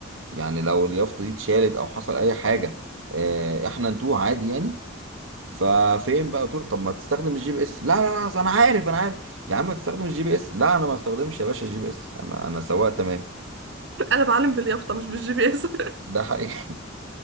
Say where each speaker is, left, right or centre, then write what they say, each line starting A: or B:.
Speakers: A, on the right; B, on the right.
A: يعني لو اليافطه دي اتشالت او حصل اي حاجه اه احنا نتوه عادي يعني ففين بقى قلت له طب ما تستخدم الجي بي اس لا لا لا انا عارف انا عارف يا عم ما تستخدمش الجي بي اس لا انا ما استخدمش يا باشا الجي بي اس انا انا سواق تمام
B: انا بعلم باليافطه مش بالجي بي اس <laughs>
A: ده حقيقي